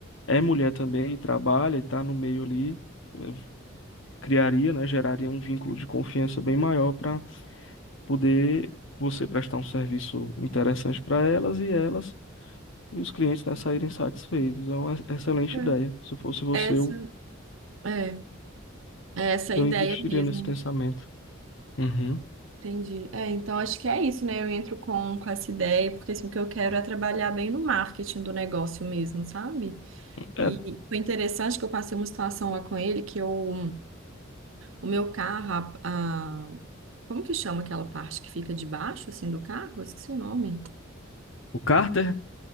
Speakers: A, on the left (about 65°); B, on the right (about 70°).
A: é mulher também e trabalha e está no meio ali, eh, criaria, né, geraria um vínculo de confiança bem maior para poder você prestar um serviço interessante para elas e elas e os clientes, né, saírem satisfeitos. É uma excelente
B: É,
A: ideia. Se eu fosse você,
B: Essa
A: eu,
B: é, é essa a
A: eu
B: ideia
A: investiria
B: mesmo.
A: nesse pensamento. Uhum.
B: Entendi. É, então acho que é isso, né? Eu entro com, com essa ideia, porque assim, o que eu quero é trabalhar bem no marketing do negócio mesmo, sabe?
A: É,
B: E foi interessante que eu passei uma situação lá com ele, que eu, o meu carro, a, a- como que chama aquela parte que fica debaixo, assim, do carro? Eu esqueci o nome.
A: o cárter,